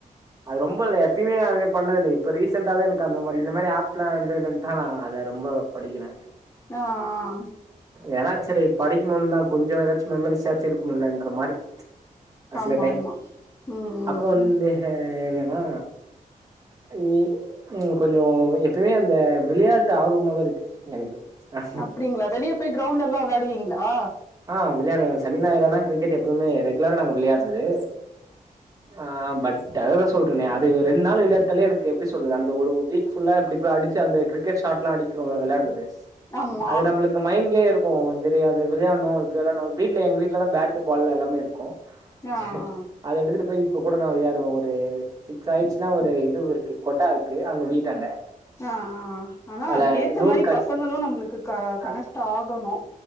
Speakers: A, on the right; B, on the left.
A: அது ரொம்பல்ல எப்யுமே அது பண்ணதில்ல இப்ப ரீசன்ண்டா தா எனக் அந்த மாரி இந்த மாரி ஆப் ப்லா இந்துனு தானா அத ரொம்போ படிக்கிற
B: ஆ ஆ
A: எனா ச்செரி படிக்கணுன் தா கொஞ்சு ஏதாச்சு மெமரிஸ் சாச்சுருக்கணுயெல்லன்ற மாரி அ சில
B: ஆமா
A: டைம்
B: ஆமா ம்
A: அப்றோ வந்து ஹ என்னன்னா அ இன் ம் கொஞ்சோ எப்பமே அந்த விளையாட்டு ஆர்வமா தா இருக்கு எனக்கு ஆஸ்
B: அப்டிங்களா வெளிய போயங கிரௌண்ட்லலா வெளாடுவீங்ளா
A: ஆ விளையாடுவ சனி நாயிர் ஆனா க்ரிக்கெட்டு எப்புமே ரெகுலரா நாங்க விளாயாட்று ஆ பட் ட்ட அரெரோ சொல்றனே அது ரெண் நாள் வெளாட்டாலே எனக்கு எப்டி சொல்லுது அந்த ஒரு ஒரு வீக் ஃபுல்லா எப்டி போ அடிச்சி அந்த க்ரிக்கெட் ஷாட்லா அடி க்யுவ்ல வெளாட்றது
B: ஆமா
A: அது நம்மளுக்கு மைண்லே இருக்கு சரி அது விள்யா ன்னு இப்டி வெளாட்னு வீட்ல எங்க வீட்லதா தா பேட்டு பால்லா எல்லாமே இருக்கு
B: ஆ
A: ஜ
B: ஆ
A: அத எடுத்துட்டு போய் இப்ப கூட நா விளையாடுவே ஒருஸ் சிக்ஸ் ஆய்ச்சுனா ஒரு இதுவ் இருக்கு கொட்டா இருக்கு அங்க வீட்டாண்ட
B: ஆ ஆ ஆனா
A: அதுல
B: அதுக்கேத்த
A: நூல்
B: மாரி
A: கட்
B: பசங்களு நம்ளுக்கு க
A: ஆ
B: கனக்ட் ஆகணு